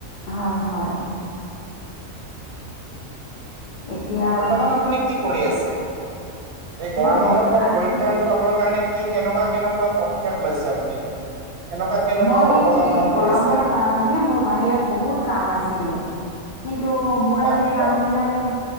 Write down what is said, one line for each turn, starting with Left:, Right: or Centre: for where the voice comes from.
Left: হয় হয়। এতিয়া
Right: বৰ্তমান আপুনি কি কৰি আছে এই গৰমৰ
Left: মই বৰ্ত
Right: পৰা
Left: আজি
Right: পৰিত্ৰাণ পাবৰ কাৰণে কি কেনেকুৱা কেনেকুৱা পদক্ষেপ লৈছে আপুনি। কেনেকুৱা কেনেকুৱা
Left: মই
Right: অৱলম্বন
Left: এই গৰমৰ
Right: কৰিছে
Left: কাৰণে মোৰ বাহিৰত বহুত কাম আছিলে। কিন্তু মোৰ
Right: বাহিৰত
Left: আজি কাম বিলাকে